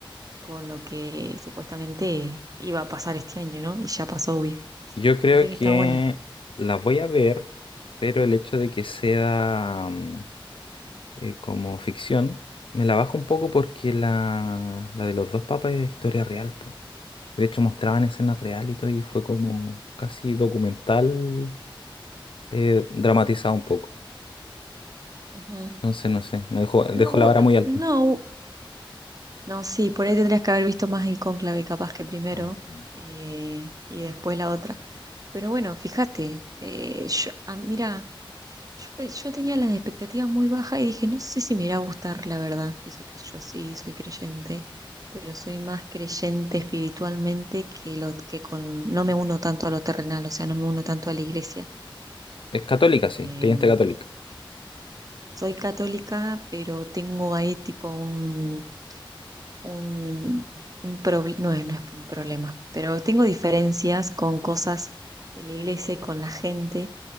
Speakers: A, on the right (about 40°); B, on the left (about 70°).
A: con lo que supuestamente iba a pasar este año, ¿no? Y ya pasó, obvio.
B: Yo creo
A: Así que
B: que
A: está buena.
B: la voy a ver, pero el hecho de que sea mm, eh, como ficción me la baja un poco porque la, la de los dos papas es historia real, po. De hecho, mostraban escenas reales y todo, y fue como casi documental eh, dramatizado un poco.
A: Ujú.
B: Entonces, no sé, me dejó, dejó
A: No, bu-
B: la vara muy alta.
A: no, No, sí, por ahí tendrías que haber visto más el cónclave capaz que primero
B: Mm.
A: eh, y después la otra. Pero bueno, fíjate, eh, yo- ah, mira, yo, pe- yo tenía las expectativas muy bajas y dije, no sé si me irá a gustar, la verdad. Y eso que yo sí soy creyente, pero soy más creyente espiritualmente que lo que con, no me uno tanto a lo terrenal, o sea, no me uno tanto a la iglesia.
B: Es católica,
A: Em,
B: sí, creyente católica.
A: soy católica, pero tengo ahí tipo un un, un proble- no es, no es un problema, pero tengo diferencias con cosas de la iglesia y con la gente